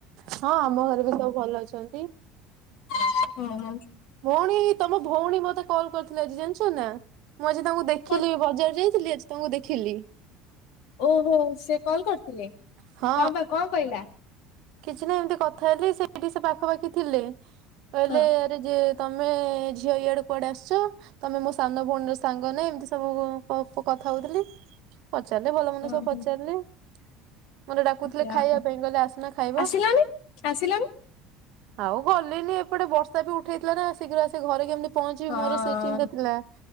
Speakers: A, on the right; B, on the left.
A: ହଁ ଆମ ଘରେ ବି ସବୁ ଭଲ ଅଛନ୍ତି।
B: <inaudible> ହୁଁ ହୁଁ
A: ଭଉଣୀ ତମ ଭଉଣୀ ମତେ କଲ୍ କରିଥିଲେ ଆଜି ଜାଣିଛ ନା ମୁଁ ଆଜି ତାଙ୍କୁ ଦେଖି
B: କଣ
A: ଦେଖିଲି ବଜାର ଯାଇଥିଲି ଆଜି ତମକୁ ଦେଖିଲି।
B: ଓହୋ ସେ କଲ୍ କରିଥିଲେ।
A: ହଁ
B: କଣ ବା କଣ କହିଲା
A: କିଛି ନା ଏମିତି କଥା ହେଲି ସେଇଠି ସେ ପାଖାପାଖି ଥିଲେ କହିଲେ।
B: ହଁ।
A: ଯେ ତମେ ଝିଅ ଇଆଡେ କୁଆଡେ ଆସିଚ ତମେ ମୋ ସାନ ଭଉଣୀର ସାଙ୍ଗ ନା ଏମିତି ସେ ଓ କଥା ହଉଥିଲି ପଚାରିଲେ ଭଲ ମନ୍ଦ
B: ଓହୋ
A: ସବୁ ପଚାରିଲେ ମୋତେ ଡାକୁଥିଲେ
B: ଯାହଉ
A: ଖାଇବା ପାଇଁ କହିଲେ ଆସୁନ ଖାଇବା
B: ଆସିଲାନି ଆସିଲାନି
A: ଆଉ ଗଲିନି ଏପଟେ ବର୍ଷା ବି ଉଠେଇଥିଲା ନା ଶୀଘ୍ର ଆସି ଘରେ କେମିତି ପହଞ୍ଚିବି
B: ହଁ
A: ମୋର ସେ ଚିନ୍ତା ଥିଲା।